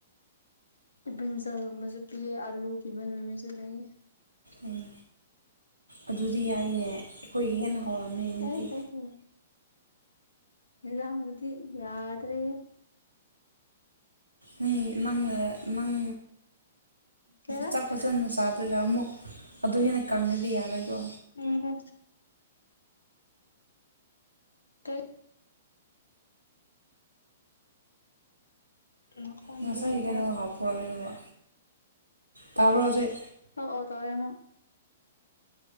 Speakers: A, on the left; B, on the right.
A: ꯄ ꯆ ꯃꯁ ꯄꯤꯌꯦ ꯑꯂꯨ ꯄꯤꯕ ꯃꯁꯨ ꯂꯩ
B: ꯎꯝ ꯑꯗꯨꯗꯤ ꯌꯥꯏꯅꯦ ꯑꯩꯈꯣꯏꯒꯤ ꯍꯦꯟꯅ ꯍꯥꯎꯔꯝꯅꯤ ꯅꯨꯡꯇꯤ
A: ꯍ ꯍ ꯍ ꯏꯗꯕꯨꯗꯤ ꯌꯥꯗ꯭ꯔꯦ
B: ꯅ ꯅꯪꯅ ꯅꯪ
A: ꯀꯩꯕ
B: ꯆꯥꯛ ꯐꯖꯅ ꯆꯥꯗ꯭ꯔꯒ ꯑꯃꯨꯛ ꯑꯗꯨ ꯍꯦꯟꯅ ꯀꯪꯅꯗꯤ ꯌꯥꯔꯣꯏꯀꯣ
A: ꯉꯥꯏꯈꯣ ꯀ ꯃꯥ ꯀꯗ
B: ꯉꯁꯥꯏ
A: ꯅꯠꯇ
B: ꯀꯩꯅꯣ ꯍꯥꯞꯄ꯭ꯔꯣ ꯍꯥꯏꯔꯒ ꯇꯥꯕ꯭ꯔꯣ ꯍꯧꯖꯤꯛ
A: ꯑꯣ ꯑꯣ ꯇꯔꯦꯃꯣ